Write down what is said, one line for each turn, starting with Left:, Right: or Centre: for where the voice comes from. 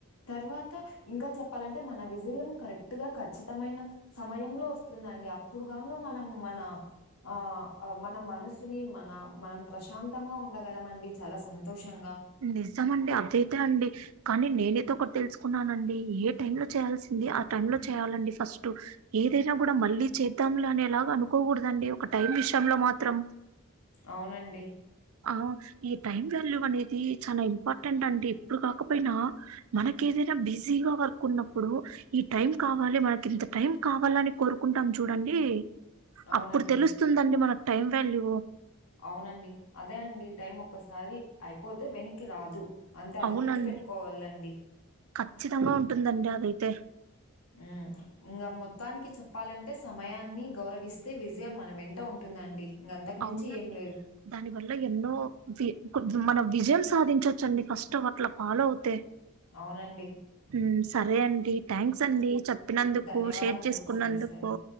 Left: తర్వాత ఇంకా చెప్పాలంటే మన విజయం కరెక్ట్ గా ఖచ్చితమైన సమయంలో వస్తుందండి అప్పుడు కాని మనం మన ఆ మన మనసుని మన మనం ప్రశాంతంగా ఉండగలం అండి చాలా సంతోషంగా
Right: నిజంమండి అదయితే అండి కానీ నేనైతే ఒకటి తెలుసుకున్నానండి ఏ టైమ్ లో చేయాల్సింది ఆ టై లో చేయాలండి ఫస్ట్ ఏదైనా కూడా మళ్ళీ చేద్దాంలే అనేలాగ అనుకోకూడదండి ఒక టైం విషయంలో మాత్రం
Left: అవునండి
Right: ఆ ఈ టైమ్ వాల్యూ అనేది చాలా ఇంపార్టెంట్ అండి ఇప్పుడు కాకపోయినా మనక ఏదైనా బిజీగా వర్క్ ఉన్నప్పుడు ఈ టైం కావాలి మనకి ఇంత టైం కావాలని కోరుకుంటాం చూడండి
Left: అవునండి.
Right: అప్పుడు తెలుస్తుందండి మనకు టైం వాల్యూ
Left: అవునండి అదే అండి టైం ఒకసారి అయిపోతే వెనక్కి రాదు అంతే అది
Right: అవునండి
Left: గుర్తుపెట్టుకోవాలండి
Right: ఖచ్చితంగా ఉంటుందండి అదైతే
Left: హ్మ్ ఇంకా మొత్తానికి చెప్పాలంటే సమయాన్ని గౌరవిస్తే విజయం మన వెంట ఉంటుందండి ఇంగ అంతకు మించి
Right: అవునండి
Left: ఏం లేదు.
Right: దాని వల్ల ఎన్నో వి మనం విజయం సాధించొచ్చండి ఫస్ట్ అట్లా ఫాలో అవుతే
Left: అవునండి
Right: హ్మ్ సరే అండి థ్యాంక్స్ అండి చెప్పినందుకు
Left: ధన్యవాదములు.
Right: షేర్ చేసుకున్నందుకు
Left: సరే, సరే.